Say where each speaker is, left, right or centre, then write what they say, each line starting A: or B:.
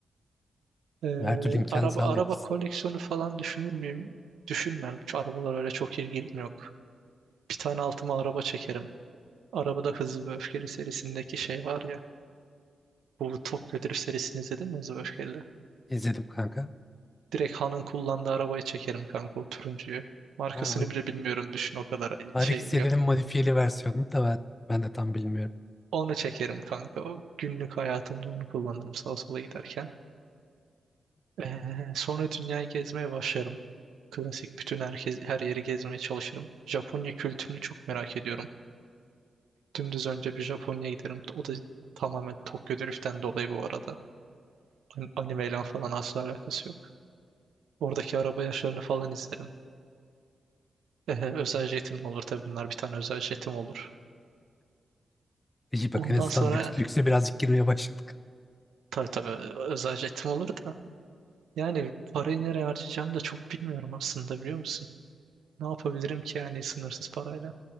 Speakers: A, on the right (about 90°); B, on the left (about 25°).
A: Ee,
B: Her türlü imkanı
A: araba
B: sağlayabilirsin.
A: araba koleksiyonu falan düşünür müyüm? Düşünmem. Şu arabalar öyle çok ilgim yok. Bir tane altıma araba çekerim. Arabada Hızlı ve Öfkeli serisindeki şey var ya. Bu Tokyo Drift serisini izledin mi Hızlı ve Öfkeli?
B: İzledim kanka.
A: Direkt Han'ın kullandığı arabaya çekerim kanka o turuncuyu. Markasını
B: Ha,
A: bile bilmiyorum düşün o kadar
B: Harik
A: şeyim
B: Selin'in
A: yok.
B: modifiyeli versiyonunu da ben, ben de tam bilmiyorum.
A: Onu çekerim kanka. O günlük hayatımda onu kullanırım sağa sola giderken. Ee, sonra dünyayı gezmeye başlarım. Klasik bütün herkes, her yeri gezmeye çalışırım. Japonya kültürünü çok merak ediyorum. Dümdüz önce bir Japonya'ya giderim. O da tamamen Tokyo Drift'ten dolayı bu arada. An animeyle falan asla alakası yok. Oradaki araba yarışlarını falan izlerim. Ee, özel jetim olur tabii bunlar. Bir tane özel jetim olur.
B: İyi
A: Ondan
B: bak en azından
A: sonra
B: lüks, lükse birazcık girmeye başladık.
A: tabii tabii özel jetim olur da. Yani parayı nereye harcayacağımı da çok bilmiyorum aslında biliyor musun? Ne yapabilirim ki yani sınırsız parayla?